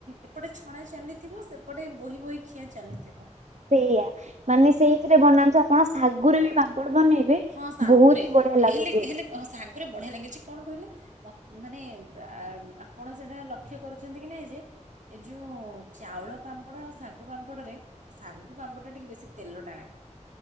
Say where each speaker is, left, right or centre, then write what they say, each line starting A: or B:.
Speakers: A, on the right; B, on the right.
A: ଏପଟେ ଛଣା ଚାଲିଥିବ ସେପଟେ ବୋହି ବୋହି ଖିଆ ଚାଲିଥିବ।
B: ସେଇଆ ମାନେ ସେଇଥିରେ ବନାନ୍ତୁ ଆପଣ ଶାଗୁରେ ବି ପାମ୍ପଡ଼ ବନେଇବେ।
A: ହଁ ସାଙ୍ଗୁରେ
B: ବହୁତ ହି ବଢିଆ ଲାଗୁଛି।
A: ହେଲେ ହେଲେ ସାଙ୍ଗୁରେ ବଢିଆ ଲାଗିଛି କଣ କହିଲେ। ମତେ ମାନେ ଆପଣ ସେଇଟା ଲକ୍ଷ୍ୟ କରୁଚ଼ନ୍ତି କି ନାାଇଁ ଯେ। ଏ ଯେଉଁ ଚାଉଳ ପାମ୍ପଡ଼ ଆଉ ଶାଗୁ ପାମ୍ପଡ଼ରେ ଶାଗୁ ପାମ୍ପଡ଼ଟା ଟିକିେ ବେଶୀ ତେଲ ଟାଣେ।